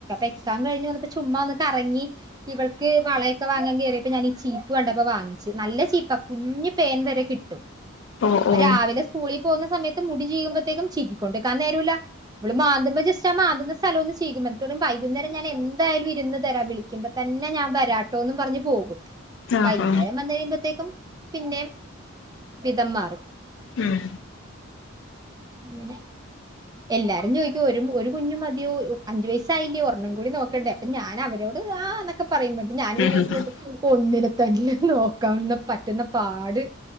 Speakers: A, on the right; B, on the left.
A: എക്സാം കിഞ്ഞ് വന്നപ്പോ ചുമ്മാ ഒന്ന് കറങ്ങി ഇവൾക്ക് വളയൊക്കെ വാങ്ങാൻ കേറി അപ്പ ഞാൻഈ ചീപ്പ് കണ്ടപ്പോ വാങ്ങിച്ചു നല്ല ചീപ്പാ കുഞ് പേൻ വരെ കിട്ടും
B: ഓ ഓ
A: രാവിലെ സ്കൂളിൽ പോകുന്ന സമയത്ത് മുടി ചീകുംമ്പോത്തേക്കും ചീക്കി കൊണ്ടിരിക്കാൻ നേരൂല ഇമ്മള് മാതുമ്പം ജസ്റ്റ് ആ മന്ത്തുന്ന സ്ഥലം ഒന്ന് ചീകുമ്പ വൈകുന്നേരം ഞാൻ എന്തായാലും ഇരുന്ന് തരാ വിളികുമ്പ തന്നെ ഞാൻ വരാട്ടോന്ന് പറഞ്ഞു പോകും
B: ആഹാ
A: വൈകുന്നേരം വന്ന് കഴിയുമ്പോത്തേക്കും പിന്നെ വിതംമാറി
B: ഉം
A: അങ്ങനെ എല്ലാരും ചോദിക്കും ഒരു കുഞ്ഞു മതിയോ അഞ്ചു വയസായില്ലോ ഒരെണ്ണം കൂടി നോക്കണ്ടേ അപ്പൊ ഞാൻ അവരോട് ആന്നൊക്കെ പറയുമ്പത്തിന് ഞാനിങ്ങനെ
B: ഉം
A: മനസില്
B: ഉം
A: ഓർക്കും ഒന്നിനെ തന്നെ നോക്കാവുന്ന പറ്റുന്ന പാട്,